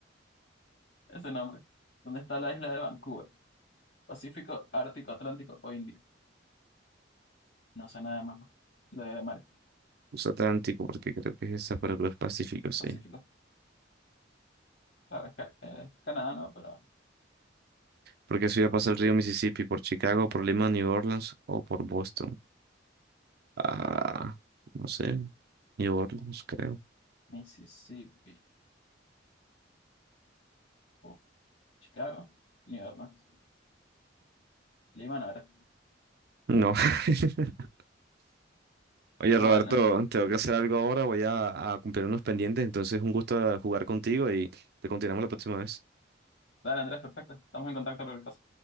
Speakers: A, on the left; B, on the right.
A: ese nombre. ¿Dónde está la isla de Vancouver? ¿Pacífico, Ártico, Atlántico o Índico? No sé nada de mapas de mar.
B: USA Atlántico, porque creo que es esa, pero creo que es Pacífico, sí.
A: Pacífico. Claro, es ca- eh, Canadá, ¿no? Pero,
B: Porque subía
A: ¿por
B: a pasar
A: qué?
B: el río Mississippi por Chicago, por Lima, New Orleans o por Boston. Ah, no sé. New Orleans, creo.
A: Mississippi. Uf. Chicago. New Orleans. Lima no era.
B: No. <laughs> Oye,
A: Bueno,
B: Roberto, tengo que hacer algo ahora. Voy a, a cumplir unos pendientes. Entonces, un gusto jugar contigo y te continuamos la próxima vez.
A: dale Andrés, perfecto. Estamos en contacto con el caso.